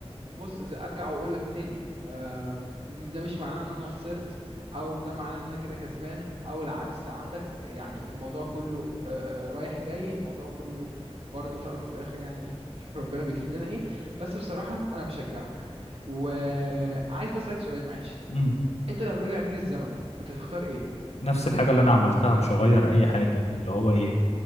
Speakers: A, on the right; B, on the left.
A: بص إذا ارجع واقول لك تاني آه، م- ده مش معناه ان انا خسرت او ده معناه ان انا كده كسبان او العكس عندك يعني الموضوع كله آه، آه، رايح جاي الموضوع كله برضه في الاول وفي الاخر يعني ايه شوف ربنا بيكتب لنا ايه بس بصراحة انا بشجعك وعايز بس اسالك سؤال معلش
B: م.
A: انت لو رجع بيك الزمن كنت تختار ايه
B: نفس الحاجة اللي انا عملتها مش هغير اي حاجة اللي هو ايه